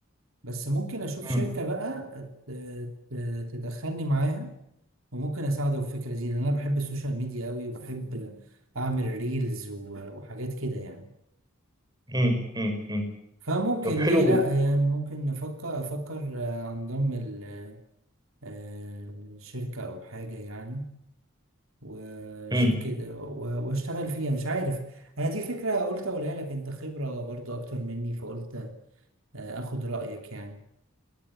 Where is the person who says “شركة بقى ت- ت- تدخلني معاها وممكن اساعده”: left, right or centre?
Right